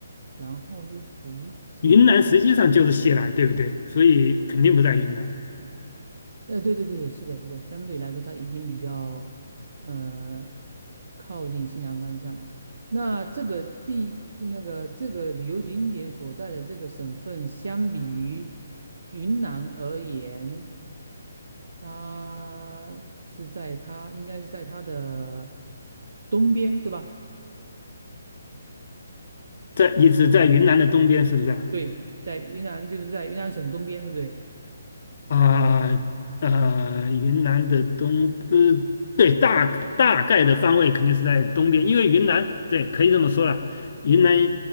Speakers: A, on the right; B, on the left.
A: 然后又不在，
B: 云南，实际上就是西南，对不对？所以肯定不在云南，
A: 呃，对对对对，是的，是的，相对来说它已经比较，呃，靠近西南方向了。那这个地，那个这个旅游景点所在的这个省份，相比于云南而言，它是在它应该是在它的东边，对吧？
B: 在你只在云南的东边，是不是啊
A: 对，在云南就是在云南省的东边，对不对？
B: 啊呃，云南的东呃，对，大大概的方位肯定是在东边，因为云南对，可以这么说了，云南
A: 嗯，